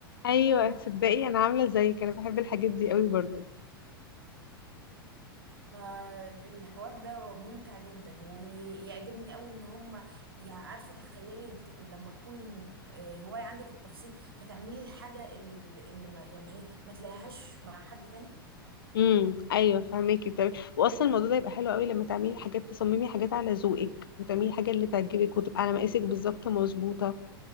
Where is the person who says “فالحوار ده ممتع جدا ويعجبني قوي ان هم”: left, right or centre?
Right